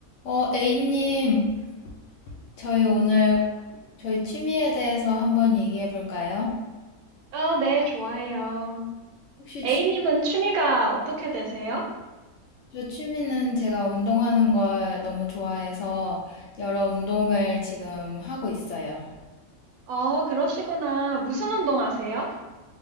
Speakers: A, on the left; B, on the right.
A: 어, A님, 저희 오늘 저희 취미에 대해서 한번 얘기해 볼까요?
B: 어, 네, 좋아해요.
A: 혹시
B: A님은
A: 취,
B: 취미가 어떻게 되세요?
A: 저 취미는 제가 운동하는 걸 너무 좋아해서 여러 운동을 지금 하고 있어요.
B: 어, 그러시구나. 무슨 운동 하세요?